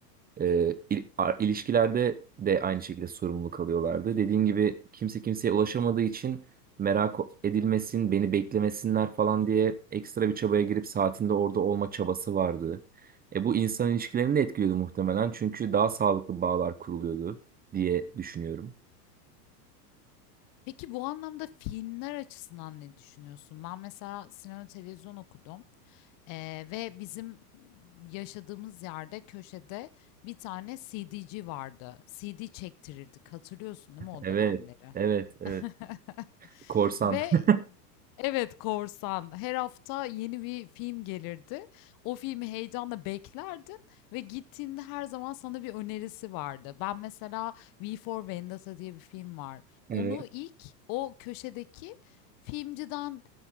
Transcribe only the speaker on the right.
E, il- a- ilişkilerde de aynı şekilde sorumlu kalıyorlardı. Dediğim gibi kimse kimseye ulaşamadığı için merak edilmesin, beni beklemesinler falan diye ekstra bir çabaya girip saatinde orada olma çabası vardı. E, bu insan ilişkilerini de etkiliyordu muhtemelen çünkü daha sağlıklı bağlar kuruluyordu diye düşünüyorum.
Evet,
evet, evet.
Korsan.
<laughs>
Evet.